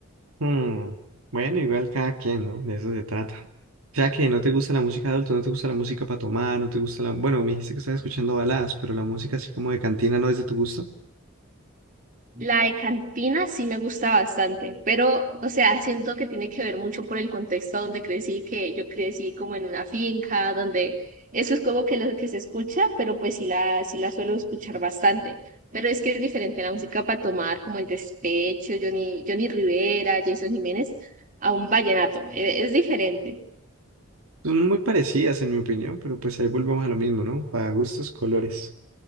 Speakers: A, on the right; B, on the right.
A: Mm, Bueno, igual cada quien, ¿no? De eso se trata. O sea que no te gusta la música de adulto, no te gusta la música para tomar, no te gusta la... Bueno, me dijiste que estabas escuchando baladas, pero la música así como de cantina no es de tu gusto.
B: La de cantina sí me gusta bastante, pero, o sea, siento que tiene que ver mucho por el contexto donde crecí, que yo crecí como en una finca, donde eso es como que lo que se escucha, pero pues sí la, sí la suelo escuchar bastante. Pero es que es diferente la música para tomar, como El Despecho, Johnny, Johnny Rivera, Jason Jiménez, a un vallenato. E- Es, diferente.
A: Son muy parecidas en mi opinión, pero pues ahí volvemos a lo mismo, ¿no? Para gustos, colores.